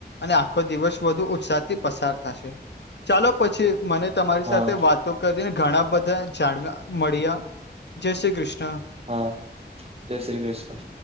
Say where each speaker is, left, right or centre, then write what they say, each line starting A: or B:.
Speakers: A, on the left; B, on the right.
A: અને આખો દિવસ વધુ ઉત્સાહ થી પસાર થશે ચાલો પછી મને તમારી
B: હા
A: સાથે વાતો કરીને ઘણા બધા જાણવા મળ્યા જય શ્રી કૃષ્ણ.
B: હા જય શ્રી કૃષ્ણ.